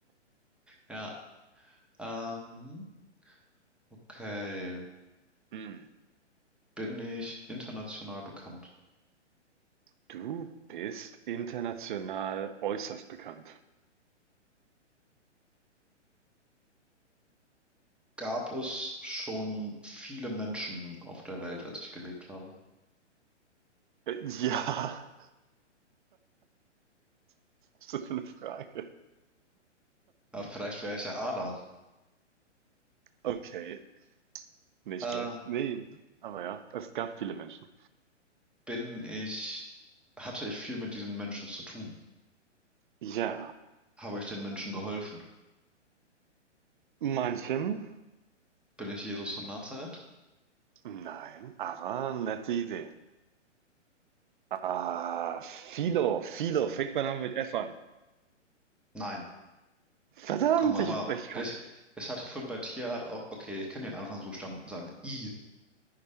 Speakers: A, in the centre; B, on the right.
A: ja, ähm, okay.
B: Hm,
A: Bin ich international bekannt?
B: du bist international äußerst bekannt.
A: gab es schon viele Menschen auf der Welt, als ich gelebt habe.
B: Äh, ja, <laughs> was ist das für 'ne Frage?
A: Ja, vielleicht wäre ich ja Adam.
B: Okay, nicht
A: Äh,
B: schlecht. Nee, aber ja, es gab viele Menschen.
A: bin ich, hatte ich viel mit diesen Menschen zu tun?
B: Ja,
A: Habe ich den Menschen geholfen?
B: manchen,
A: Bin ich Jesus von Nazareth?
B: nein, aber nette Idee. Ah, Philo, Philo, fängt mein Name mit F an.
A: Nein.
B: Verdammt,
A: Komm, aber
B: ich, ich komme
A: ich,
B: nicht drauf.
A: ich hatte vorhin bei Tierart auch, okay, ich kann den Anfangsbuchstaben sagen. I.